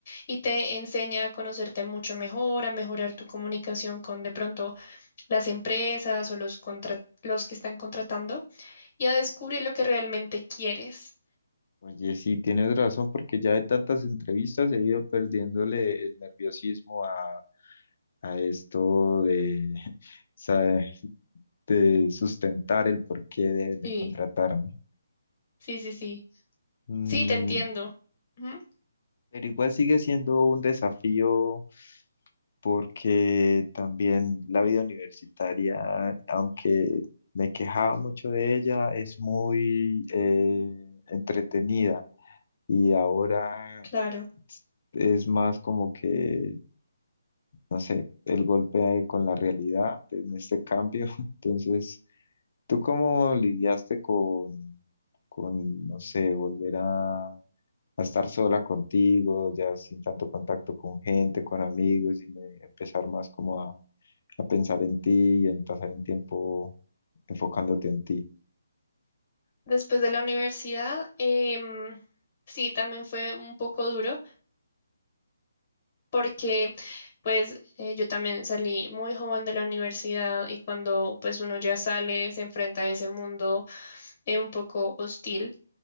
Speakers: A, on the left (about 30°); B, on the left (about 50°).
A: y te enseña a conocerte mucho mejor, a mejorar tu comunicación con de pronto las empresas o los contra- los que están contratando y a descubrir lo que realmente quieres.
B: Oye, sí, tienes razón, porque ya de tantas entrevistas he ido perdiéndole el nerviosismo a, a esto de, <laughs> sa- de sustentar el porqué de, de
A: Sí,
B: contratarme.
A: sí, sí, sí.
B: Mm,
A: Sí, te entiendo. Ujú,
B: pero igual sigue siendo un desafío porque también la vida universitaria, aunque me quejaba mucho de ella, es muy eh, entretenida. Y ahora
A: Claro.
B: es más como que, no sé, el golpe con la realidad en este cambio. <laughs> Entonces, ¿tú cómo lidiaste con, con, no sé, volver a, a estar sola contigo, ya sin tanto contacto con gente, con amigos, y me- empezar más como a, a pensar en ti y en pasar el tiempo enfocándote en ti?
A: Después de la universidad, em, sí, también fue un poco duro porque pues eh, yo también salí muy joven de la universidad y cuando pues uno ya sale se enfrenta a ese mundo eh, un poco hostil